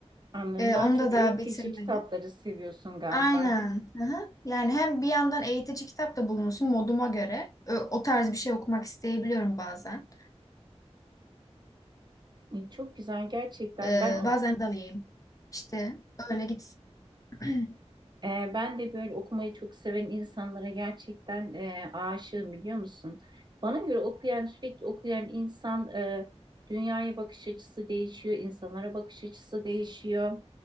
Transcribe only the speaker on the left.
Ee,
onu
da daha
bitirmedim.
Aynen.
Hı hı. Yani hem bir yandan eğitici kitap da bulunsun moduma göre. Ö- o tarz bir şey okumak isteyebiliyorum bazen.
Ee,
bazen dalayım. İşte öyle gitsin. <clears throat>